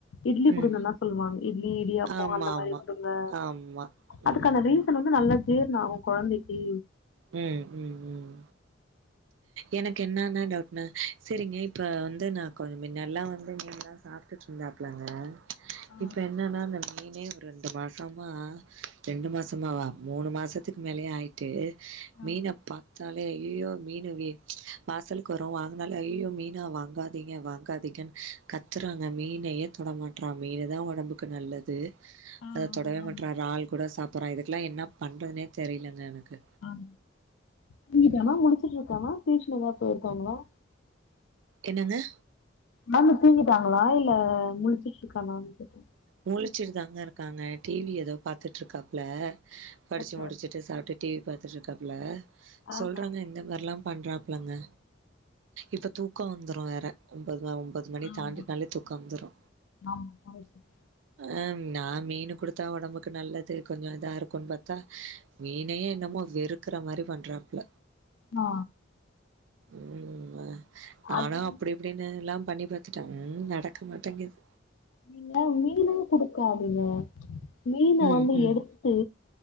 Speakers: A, on the left; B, on the right.
A: இட்லி குடுங்கன்தா
B: ம்.
A: சொல்லுவாங்க இட்லி இடியாப்ப
B: ஆமாமா.
A: அந்த மாரி குடுங்க
B: ஆமா. ஆமா.
A: அதுக்கான
B: ம்.
A: ரீசன் வந்து நல்ல ஜீர்ண ஆவு கொழந்தைக்கி
B: ம் ம் ம் எனக்கு என்னனா டவுட்டுனா செரிங்க இப்ப வந்து நா கொஞ் மின்ல்லா வந்து மீன்லா சாப் ட்டுட்டு இருந்தாப்புலங்க
A: ஆ
B: இப்ப என்னெனா இந்த மீனே ரெண்டு மாசமா ரெண்டு மாசமாவா மூணு மாசத்துக் மேலயே ஆயிட்டு
A: ஆ
B: மீன்ன பா பாத்தலே ஐயையோ மீன் வே வாசலுக்கு வரு வாங்கனாலே ஐயையோ மீனா வாங்காதீங்க வாங்கா திக்கன் கத்தறாங்க மீனையே தொடமாட்டறா மீன்தா உடம்புக்கு நல்லது
A: ஆ
B: அத தொடவே
A: ஆமா
B: மாட்றா ரால் கூட சாப்புட்றா இதுக்குல்லா என்னா பண்றதுனே தெரியலங்க எனக்கு
A: அ தூங்கிட்டானா முழிச்சிட்டு இருக்கானா டியூசன் எதாவது போயிருக்காங்களா
B: என்னங்க
A: மேம் துங்கிட்டாங்களா இல்ல முழிச்சிட்டு இருக்கானான் கேட்ட
B: முழிச்சிட்டு தாங்க இருக்காங்க டிவி எதோ பாத்துட்டு இருக்காப்ல படிச்சு
A: ஓகே
B: முடிச்சிட்டு
A: ஓகே
B: சாப்ட்டு டிவி பாத்துட்டு இருக்காப்ல
A: ஆஹா
B: சொல்றாங்க இந்த மாரிலா பண்றாப்லங்க இப்ப தூக்கம் வந்துரும் வேற ஒன்பது ஒன்பது மணி
A: ஆமா
B: தாண்டிட்டனாலே தூக்கம் வந்துரு
A: ஆமா <unintelligible>
B: அ நா மீன் கொடுத்தா உடம்புக்கு நல்லது கொஞ்சோ இதா இருக்குன்னு பாத்தா மீனையே என்னமோ வெறுக்கற மாரி பண்றாப்ல
A: ஆ
B: ம் நானா
A: அது
B: அப்டி <unintelligible> எல்லா பண்ணி பாத்துட்டேங்க நடக்க ம் மாட்டேங்குது
A: நீங்க மீன் குடுக்கதீங்க மீனா
B: ம்,
A: வந்து
B: ம்,
A: எடுத்து